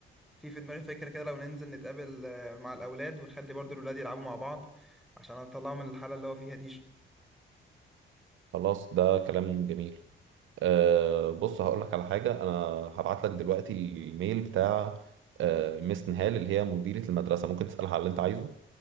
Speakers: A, in the centre; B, on the right.
A: في في دماغي فكرة كده لو ننزل نتقابل آه، مع الاولاد ونخلي برضو الاولاد يلعبوا مع بعض عشان اطلعهم من الحالة اللي هو فيها دي
B: خلاص ده كلام جميل أه بص هقول لك على حاجه انا هبعت لك دلوقتي الميل بتاع أه ميس نهال اللي هي مديره المدرسه ممكن تسالها على اللي انت عايزه